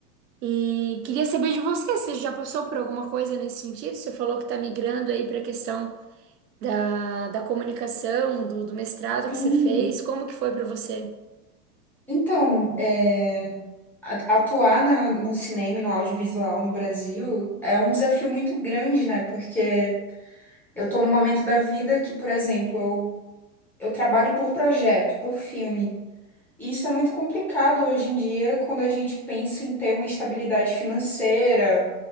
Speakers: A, on the right; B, in the centre.
A: E queria saber de você, você já passou por alguma coisa nesse sentido? Você falou que está migrando aí para a questão da, da comunicação, do, do mestrado
B: Sim.
A: que você fez, como que foi para você?
B: Então, é, a- atuar na- no cinema e no audiovisual no Brasil é um desafio muito grande, né? Porque eu tô num momento da vida que, por exemplo, Eu trabalho por projeto, por filme. E isso é muito complicado hoje em dia, quando a gente pensa em ter uma estabilidade financeira.